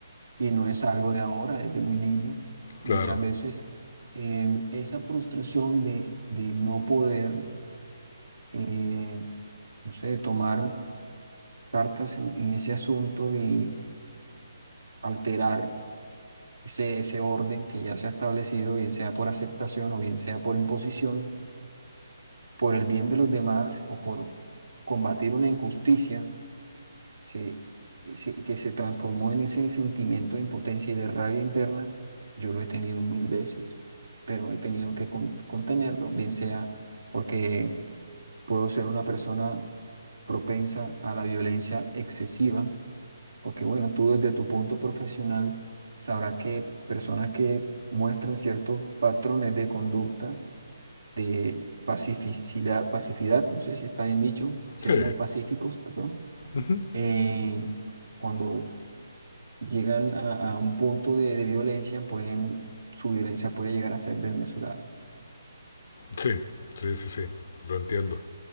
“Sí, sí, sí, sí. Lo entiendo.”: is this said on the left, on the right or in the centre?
Left